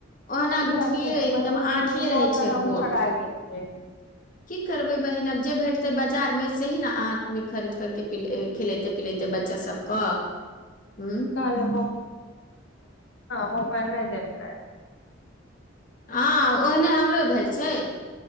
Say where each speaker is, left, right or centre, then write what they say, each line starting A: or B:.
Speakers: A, on the left; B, on the left.
A: ओहना
B: ई
A: गुठलियै
B: बात कहै छै
A: एकदम
B: बहिन हमहूँ
A: आंठिए
B: तऽ सौ
A: रहै छै
B: टका मे
A: मोट
B: ठगा
A: की
B: गेलियै
A: की करबै बहिन आब जे भेटतै बाजारमे सेी ने अहाँ खरीद करके खिलते पिलैते बच्चा सबके
B: <unintelligible>
A: ह
B: नहि मोबाईल नहि देलकै
A: हँ ओहने हमरो भेल छै